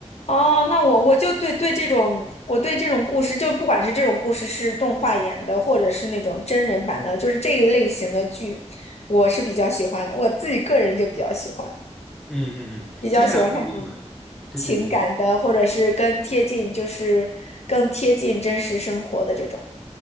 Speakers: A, on the left; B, in the centre.
A: 哦，那我我就对对这种，我对这种故事，就不管是这种故事是动画演的，或者是那种真人版的，就是这一类型的剧，我是比较喜欢的。我自己个人就比较喜欢，
B: 嗯嗯嗯，
A: 比较喜欢看这种
B: 之前还有看过英文，对对对对对。
A: 情感的，或者是更贴近，就是更贴近真实生活的这种。